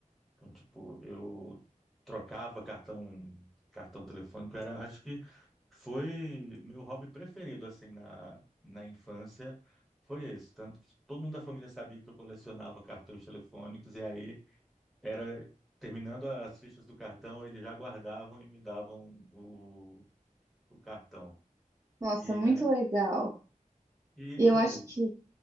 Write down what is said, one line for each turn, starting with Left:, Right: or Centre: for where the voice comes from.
Centre: Então, tipo, eu trocava cartão, cartão telefônico, era, acho que foi meu hobby preferido, assim, na, na infância, foi esse. Tanto que todo mundo da família sabia que eu colecionava cartões telefônicos, e aí era, terminando as fichas do cartão, eles já guardavam e me davam o, o cartão.
Right: Nossa,
Centre: E,
Right: muito
Centre: é,
Right: legal.
Centre: e,
Right: E
Centre: tipo,
Right: eu acho que.